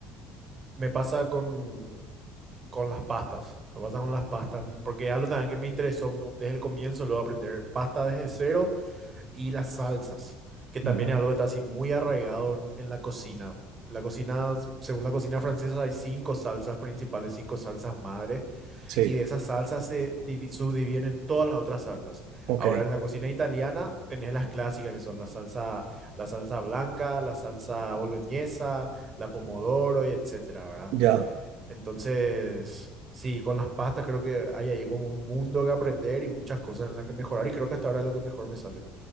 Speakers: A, on the right (about 30°); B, on the right (about 75°).
A: Me pasa con, con las pastas. Me pasa con las pastas, porque algo también que me interesó mu- desde el comienzo, luego aprender pasta desde cero y las salsas, que también
B: Ajá.
A: es algo que está así muy arraigado en, en la cocina. La cocina, según la cocina francesa, hay cinco salsas principales, cinco salsas madres.
B: Sí,
A: y de esas salsas se divi- subdividen en todas las otras salsas.
B: ok,
A: Ahora en la cocina italiana tenés las clásicas que son la salsa, la salsa blanca, la salsa boloñesa, la pomodoro y etcétera, ¿verdad?
B: ya.
A: Entonces, sí, con las pastas creo que hay ahí como un mundo que aprender y muchas cosas en las que mejorar y creo que hasta ahora es lo que mejor me sale.